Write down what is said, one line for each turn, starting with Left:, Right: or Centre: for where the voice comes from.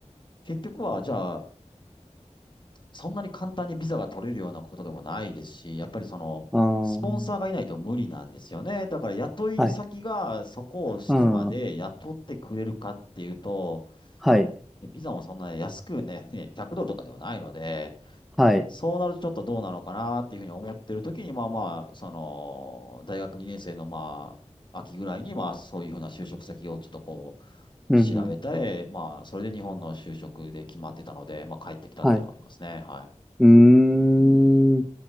Left: 結局はじゃあ、そんなに簡単にビザが取れるようなことでもないですし、やっぱりその、
Centre: あー、
Left: スポンサーがいないと無理なんですよね。だから雇い先がそこをしてまで雇ってくれるかっていうと、
Centre: はい、うん、はい、
Left: ビザもそんな安くね、100ドルとかではないので、
Centre: はい、
Left: そうなるとちょっとどうなのかなっていうふうに思ってる時に、まあまあ、その、大学2年生のまあ、秋ぐらいに、まあそういうふうな就職先をちょっとこう、
Centre: うん、
Left: 調べて、
Centre: うん、
Left: まあ、それで日本の就職で決まってたので、まあ帰ってきたっていうのはありますね。
Centre: はい。
Left: は
Centre: うーん。
Left: い。うん。